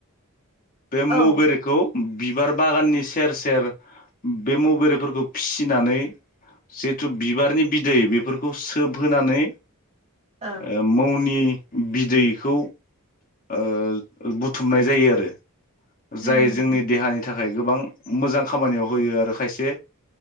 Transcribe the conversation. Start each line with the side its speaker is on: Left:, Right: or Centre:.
Left: बे
Right: औ ओ
Left: मौ बेरेखौ बिबार बागाननि सेर सेर बे मौ बेरेफोरखौ फिसिनानै जेथु बिबारनि बिदै बेफोरखौ खौ सोबहोनानै
Right: ओ
Left: ए मौनि बिदैखौ ओ बुथुमनाय जायो आरो ।
Right: उम
Left: जाय जोंनि देहानि थाखाय थाखाय गोबां मोजां खामानियाव होयो आरो खायसे